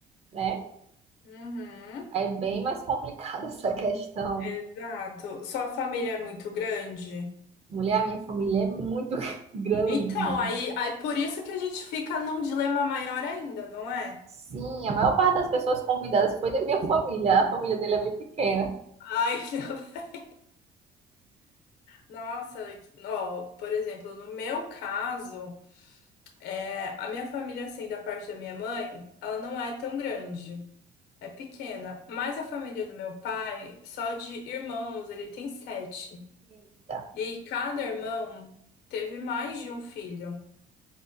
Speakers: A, on the right (about 40°); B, on the left (about 85°).
A: né?
B: Uhum.
A: Aí É bem mais complicada <laughs> essa questão.
B: Exato. Sua família é muito grande?
A: Mulher, a minha família é muito <laughs> grande.
B: Então, aí, aí por isso que a gente fica num dilema maior ainda, não é?
A: Sim, a maior parte das pessoas convidadas foi da minha família. A família dele é bem pequena.
B: Ai, <laughs> não. nossa, ó, por exemplo, no meu caso, é, a minha família, assim, da parte da minha mãe, ela não é tão grande, é pequena. Mas a família do meu pai, só de irmãos, ele tem sete.
A: Eita,
B: E cada irmão teve mais de um filho.